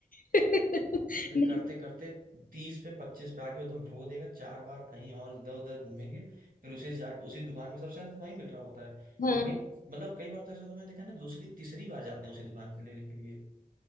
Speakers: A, on the left; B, on the right.
A: <laughs>
B: फिर
A: नहीं
B: करते करते तीस पे पच्चीस पे आके एकदम रो देगा चार बार कहीं और इधर उधर घूमेंगे फिर उसी से जाके उसी दुकान में सबसे ज्यादा वही मिल रहा होता है
A: हाँ
B: फिर वही मतलब कई बार तो ऐसा होता है मैंने देखा है ना दूसरी तीसरी बार जाते हैं उसी दुकान पे लेने के लिए